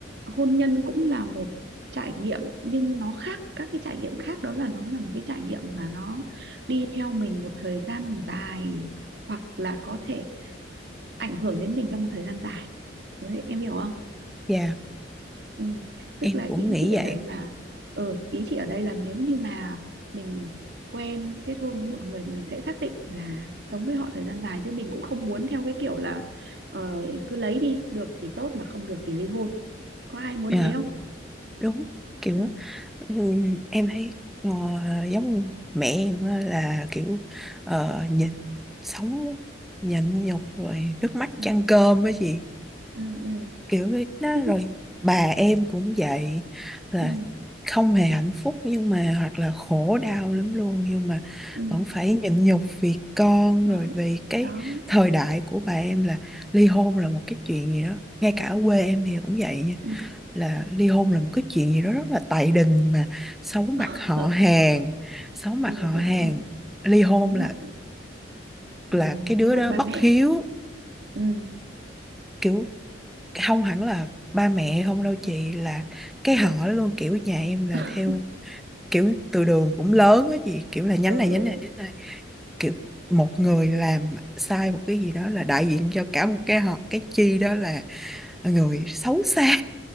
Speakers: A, on the right; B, in the centre.
A: hôn nhân cũng là một trải nghiệm nhưng nó khác các cái trải nghiệm khác đó là nó là một cái trải nghiệm mà nó đi theo mình một thời gian dài hoặc là có thể ảnh hưởng đến mình trong một thời gian dài Đấy, em hiểu không?
B: dạ
A: Ừ. Tức
B: em
A: là
B: cũng
A: ý
B: nghĩ
A: chị ở
B: vậy
A: đây là ừ, ý chị ở đây là nếu như mà mình quen kết hôn với một người thì mình sẽ xác định là sống với họ thời gian dài chứ mình cũng không muốn theo cái kiểu là ờ, cứ lấy đi được thì tốt mà không được thì ly hôn có ai muốn
B: dạ
A: thế không?
B: đúng kiểu
A: Ừ,
B: ừm, em thấy ờ, giống như mẹ em á là kiểu ờ, nhìn sống nhịn nhục rồi nước mắt
A: ừ
B: chan cơm á chị
A: ừ ừ
B: kiểu vậy đó
A: cái
B: rồi bà em cũng vậy là
A: ừ
B: không hề hạnh phúc nhưng mà hoặc là khổ đau lắm luôn nhưng mà
A: ừ
B: vẫn phải nhịn nhục vì con
A: đó
B: rồi vì cái
A: đó
B: thời đại của bà em là ly hôn là một cái chuyện gì đó ngay cả ở quê em thì cũng vậy nha
A: ừ.
B: là ly hôn là một cái chuyện gì đó rất là tày đình mà xấu mặt
A: <laughs>
B: họ hàng xấu mặt
A: ừ
B: họ hàng
A: đúng rồi
B: ly hôn
A: giấu
B: là
A: mặt ừ,
B: là cái đứa
A: giấu mặt
B: đó
A: ba
B: bất
A: mẹ
B: hiếu
A: ừ
B: kiểu không hẳn là ba mẹ không đâu chị là cái
A: ừ
B: họ luôn kiểu nhà em là
A: <laughs>
B: theo kiểu từ đường cũng lớn á chị kiểu là nhánh
A: ừ
B: này
A: ừ
B: nhánh này nhánh này kiểu một người làm sai một cái gì đó là đại diện cho cả một cái họ cái chi đó là người xấu xa